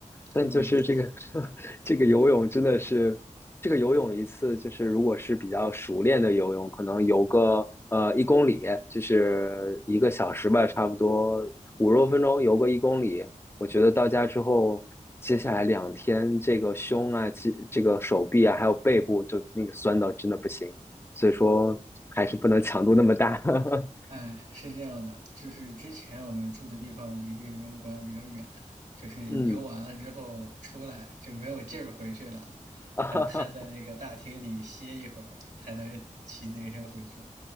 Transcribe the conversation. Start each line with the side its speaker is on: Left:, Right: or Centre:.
Left: 但就是这个
Right: 目的了。
Left: <laughs> 这个游泳真的是，这个游泳一次就是如果是比较熟练的游泳，可能游个呃一公里，就是一个小时吧，差不多五十多分钟游个一公里。我觉得到家之后，接下来两天这个胸啊、这这个手臂啊，还有背部就那个酸到真的不行，所以说还是不能强度那么大。<laughs>
Right: 哎，是这样的，就是之前我们住的地方离这个游泳馆比较远，就是游完了之后出来就没有劲儿回去了，
Left: 嗯，<laughs>
Right: 得瘫在那个大厅里歇一会儿，才能骑自行车回去。